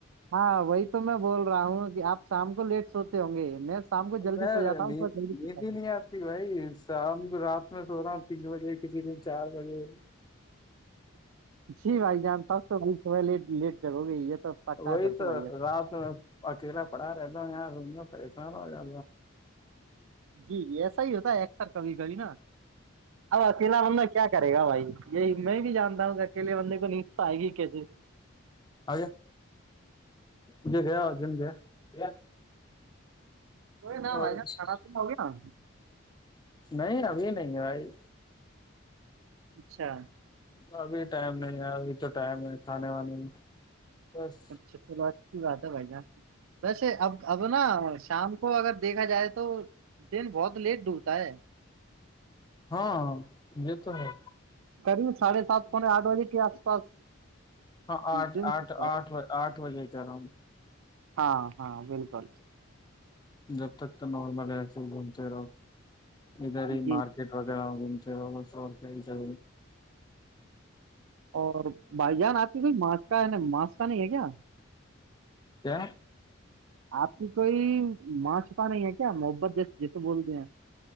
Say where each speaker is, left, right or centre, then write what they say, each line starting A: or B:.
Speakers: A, on the right; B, on the left.
A: ہاں وہی تو میں بول رہا ہوں کہ آپ شام کو لیٹ سوتے ہوں گے میں شام کو جلدی
B: میں
A: سو جاتا ہوں
B: ن
A: صبح جلدی اٹھتا
B: ندھی
A: ہوں۔
B: نہیں یاار بھائی شام کو رات میں سو رہا ہوں تین بجے کسی دن چار بجے
A: جی بھائی جان تک تو بھائی صبح لیٹ لیٹ جگو گی یہ تو پکا
B: وہی
A: ہے پھر
B: تو
A: بھائی جان
B: رات میں اکیلا پڑا رہتا ہوں یار پریشان ہویا
A: جی ایسا ہی ہوتا ایکسر کبھی کبھی نا ابکیلا لما کیا کرے گا بھائی یہی میں بھی جانتا ہوں کہ اکلے بندے کو نیچ تو آئے گی کیسے
B: آ مجھے گیا جم گیا
A: کوئی نہ
B: نہیں
A: بائی خھاناب تو میں ہو گیا نا
B: نہیں ابھی نہیں ہے بھائی
A: اچھا
B: ابھی ٹائم نہیں ہے ابھی تو ٹائم ہے کھانے وانے میں بس
A: اچھا تو ب اچھی بات ہے بھائی جان ویسے اب اب نا شام کو اگر دیکھا جائے تو دن بہت لیٹ ڈوبتا ہے
B: ہاں یہ تو ہے
A: قریب ساھے سات پونےے آٹھ بجے کے آس پاس
B: ہاں آٹھ
A: دن سکتا
B: آٹھ
A: ہے
B: آٹھ آٹ بجے سے رہا ہ
A: ہاں ہاں بالکل
B: جب تک تو نارمل ایس بنتی رہو اھر
A: جی
B: مارک وغہ گ کیا
A: اور بائی جان آپ کی کوئی ماسک کا ہے نا ماسک کا نہیں ہے کیا
B: کیا
A: آپ کی کوئی ماچھپا نہیں ہے کیا محبت جیس جیسے بولتے ہیں